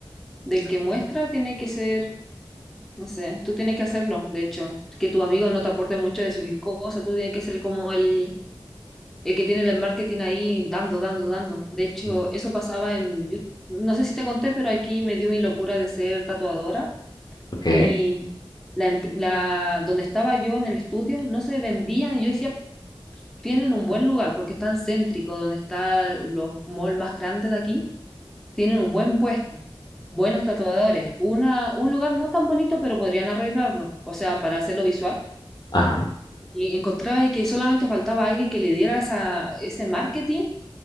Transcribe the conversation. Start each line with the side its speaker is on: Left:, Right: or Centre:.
Centre: del que muestra tiene que ser, no sé, tú tienes que hacerlo, de hecho, que tu amigo no te aporte mucho de subir cosas, tú tienes que ser como el, el que tiene el marketing ahí dando, dando, dando. De hecho,
Left: Mm.
Centre: eso pasaba en, yo no sé si te conté, pero aquí me dio mi locura de ser tatuadora
Left: Ok,
Centre: y la, em- la- donde estaba yo en el estudio no se vendían. y Yo decía, tienen un buen lugar porque están céntrico, donde están los malls más grandes de aquí, tienen un buen puesto, buenos tatuadores, una, un lugar no tan bonito, pero podrían arreglarlo, o sea, para hacerlo visual.
Left: ajá,
Centre: Y encontraba de que solamente faltaba alguien que le diera esa, ese marketing,